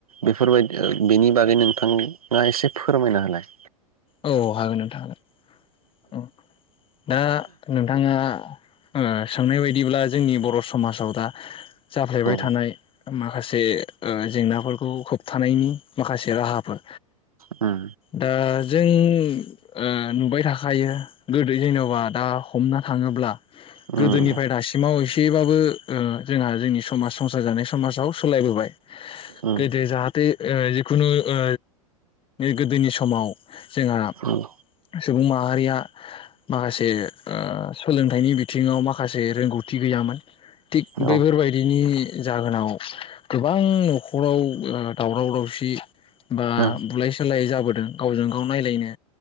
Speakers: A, on the right; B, on the left.
A: बेफोरबायदि बेनि बागै नोंथांनि ना एसे फोरमायनो होलाय
B: औ हागोन नोंथां हागोन ओ दा नोंथाङा ओ सोंनाय बायदिब्ला जोंनि बर' समाजाव दा जाफ्लेबाय
A: औ
B: थानाय माखासे बे जेंनाफोरखौ होबथानायनि माखासे राहाफोर
A: उम
B: दा जों ओं नुबाय थाखायो गोदो जेन'बा दा हमनो थाङोब्ला
A: उम
B: गोदोनिफ्राय दासिमाव एसेबाबो ओ जोंहा जोंनि समाज संसार जानाय समाजाव सालायबोबाय
A: उम
B: गोदो जाहाथे ओ जिखुनु ओ गोदोनि समाव जोंहा
A: उम
B: सुबुं माहारिया माखासे ओ सोलोंथाइनि बिथ थिङाव मा माखासे रोंगौथि गैयामोन थिग
A: औ
B: बैफोरबायदिनि ओ जाहोनाव गोबां न'खराव दावराव दावसि बा
A: औ
B: बुलाय सोलायै जाबोदों <inaudible> गावजों गाव नायलायनो